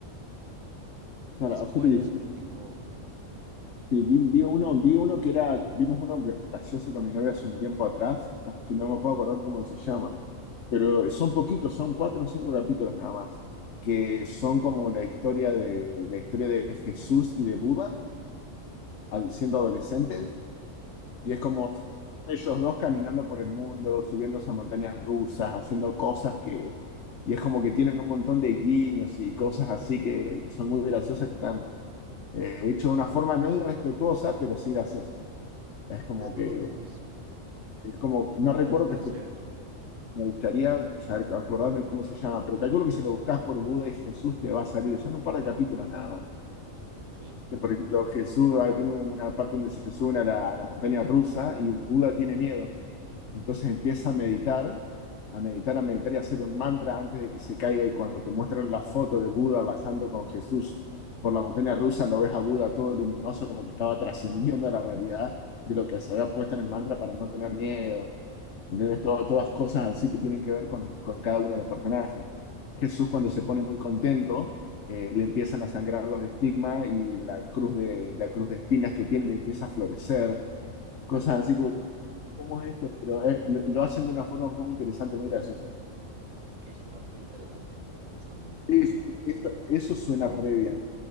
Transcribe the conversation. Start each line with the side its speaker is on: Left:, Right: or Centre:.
Left: Claro,
Right: Es bueno,
Left: justo dijiste,
Right: es cortico.
Left: sí, vi, vi uno, vi uno que era, vimos uno gracioso con mi novia hace un tiempo atrás, que no me puedo acordar cómo se llama, pero son poquitos, son cuatro o cinco capítulos nada más, que son como la historia de, la historia de Jesús y de Buda al- siendo adolescentes, y es como ellos dos caminando por el mundo, subiéndose a montañas rusas, haciendo cosas que, y es como que tienen un montón de guiños y cosas así que son muy graciosas que están. eh, hecho de una forma no irrespetuosa, pero sí graciosa. Es como
Right: Ve, no
Left: que,
Right: lo conozco.
Left: es como, no recuerdo,
Right: Suena, suena
Left: te ju-
Right: chévere.
Left: me gustaría saber- acordarme cómo se llama, pero calculo que si lo buscas por Buda y Jesús te va a salir, son un par de capítulos nada más.
Right: Ok.
Left: Que, Por ejemplo, Jesús ah, tiene una parte donde se sube a la, a la montaña rusa y Buda tiene miedo. Entonces empieza a meditar a meditar, a meditar y hacer un mantra antes de que se caiga. Y cuando te muestran la foto de Buda bajando con Jesús por la montaña rusa, lo ves a Buda todo luminoso, como que estaba trascendiendo a la realidad de lo que se había puesto en el mantra para no tener miedo. ¿Entendés? Todo- todas cosas así que tienen que ver con, con cada uno de los personajes. Jesús cuando se pone muy contento, eh, le empiezan a sangrar los estigmas y la cruz de, la cruz de espinas que tiene le empieza a florecer. Cosas
Right: <laughs>
Left: así como, ¿cómo es esto? Pero eh, lo, lo hacen de una forma muy interesante, muy graciosa.
Right: Ok, suena, suena interesante, muy honestamente.
Left: Sí, sí, sí, Eso, eso suena re bien.